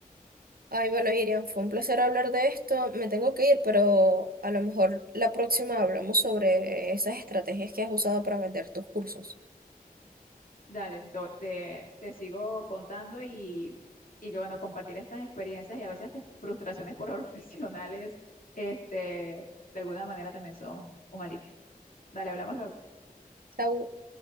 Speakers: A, on the right (about 70°); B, on the left (about 60°).
A: Ay, bueno, Irian, fue un placer hablar de esto. Me tengo que ir, pero a lo mejor la próxima hablamos sobre esas estrategias que has usado para vender tus cursos.
B: Dale, to- te, te sigo contando y, y que bueno, compartir estas experiencias y a veces estas frustraciones por <laughs> profesionales, este, de alguna manera también son un alivio. Dale, hablamos luego.
A: Chau.